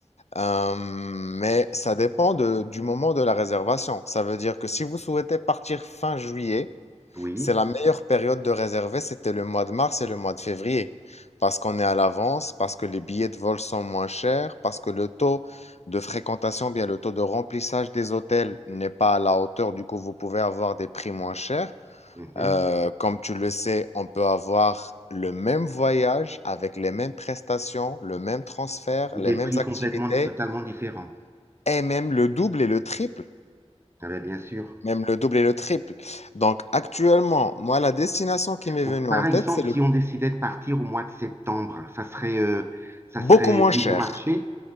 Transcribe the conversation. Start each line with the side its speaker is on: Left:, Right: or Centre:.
Left: Euh, mais ça dépend de- du moment de la réservation. Ça veut dire que si vous souhaitez partir fin juillet,
Right: oui.
Left: C'est la meilleure période de réserver, c'était le mois de mars et le mois de février, parce qu'on est à l'avance, parce que les billets de vol sont moins chers, parce que le taux de fréquentation, bien le taux de remplissage des hôtels n'est pas à la hauteur, du coup vous pouvez avoir des prix moins chers.
Right: Mhm.
Left: Euh, comme tu le sais, on peut avoir le même voyage avec les mêmes prestations, le même transfert,
Right: Et
Left: les
Right: des
Left: mêmes
Right: prix
Left: activités,
Right: complètement, totalement différents.
Left: et même le double et le triple.
Right: Ah ben, bien sûr.
Left: Même le double et le triple. Donc actuellement, moi, la destination qui m'est
Right: Bon,
Left: venue
Right: par
Left: en tête,
Right: exemple,
Left: c'est le
Right: si on décidait de partir au mois de septembre, hein, ça serait, euh, ça
Left: Beaucoup
Right: serait
Left: moins
Right: plus
Left: cher.
Right: bon marché?